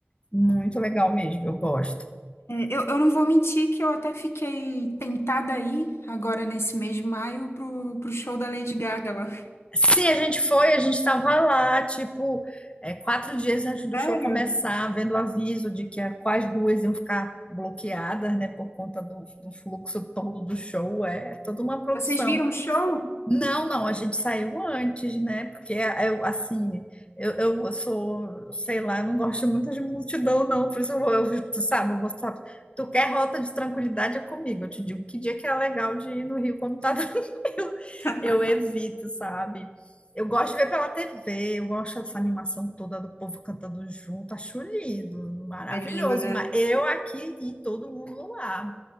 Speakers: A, on the left; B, on the left.
A: Muito legal mesmo, eu gosto.
B: eu, eu não vou mentir que eu até fiquei tentada aí, agora nesse mês de maio, pro, pro show da Lady Gaga lá.
A: Sim, a gente foi, a gente estava lá, tipo, é, quatro dias antes do
B: Sério?
A: show começar, vendo o aviso de que a- quais ruas iam ficar bloqueadas, né, por conta do, do fluxo todo do show. É toda uma produção.
B: Vocês viram o show?
A: Não, não, a gente saiu antes, né? Porque eh, eu, assim, eu, eu sou, sei lá, não gosto muito de multidão, não. Por isso eu, vou- eu tu sabe, eu vou, sabe, tu quer rota de tranquilidade é comigo. Eu te digo que dia que é legal de ir no Rio quando tá <laughs> tranquilo.
B: <laughs>
A: Eu evito, sabe? Eu gosto de ver pela TV, eu gosto dessa animação toda do povo cantando junto, acho lindo, maravilhoso.
B: É lindo, né?
A: Mas eu aqui e todo mundo lá.